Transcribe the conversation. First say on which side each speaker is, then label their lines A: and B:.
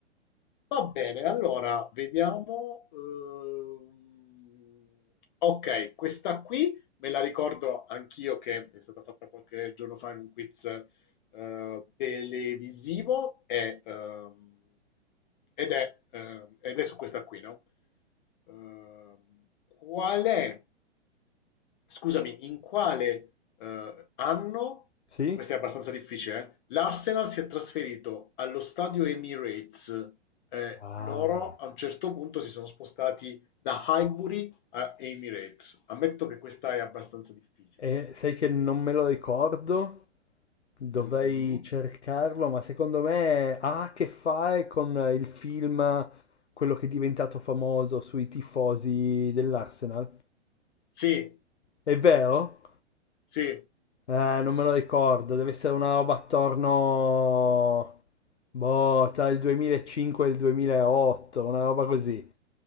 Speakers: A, on the left; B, on the left.
A: Va bene, allora vediamo. ehm, ok, questa qui me la ricordo anch'io che è stata fatta qualche giorno fa in un quiz eh, televisivo e, ehm, ed è, ehm, ed è su questa qui, no? Ehm, qual è Scusami, in quale eh, anno,
B: sì?
A: questa è abbastanza difficile, eh, l'Arsenal si è trasferito allo stadio Emirates. Eh,
B: Ah,
A: loro a un certo punto si sono spostati da Highbury a Emirates. Ammetto che questa è abbastanza difficile.
B: e sai che non me lo ricordo? Dovrei
A: Mm-mm.
B: cercarlo, ma secondo me ha a che fare con il film, quello che è diventato famoso sui tifosi dell'Arsenal.
A: Sì,
B: È vero?
A: sì,
B: Eh, non me lo ricordo, deve essere una roba attorno, boh, tra il 2005 e il 2008, una roba così.